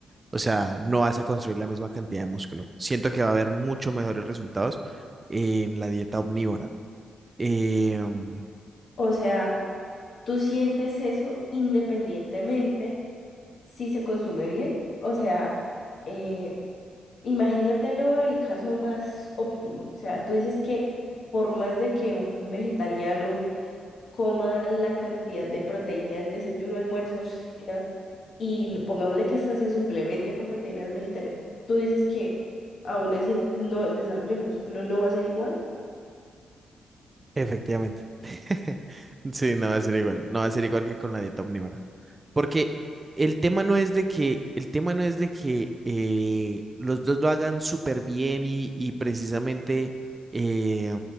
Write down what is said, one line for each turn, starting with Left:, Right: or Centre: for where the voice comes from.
Right: O sea, no vas a construir la misma cantidad de músculo. Siento que va a haber mucho mejores resultados en la dieta omnívora. Em,
Left: O sea, tú sientes eso independientemente si se consume bien. O sea, eh, imagínatelo el caso más óptimo. O sea, tú dices que por más de que un vegetariano coma la cantidad de proteína el desayuno, almuerzo, cena, y pongámosle que hasta se suplemente con proteínas vegetarianas, tú dices que aún así el, no, el desarrollo del músculo no va a ser igual.
Right: Efectivamente. <laughs> Sí, no va a ser igual. No va a ser igual que con la dieta omnívora. Porque el tema no es de que, el tema no es de que eh, los dos lo hagan súper bien y, y precisamente, eh,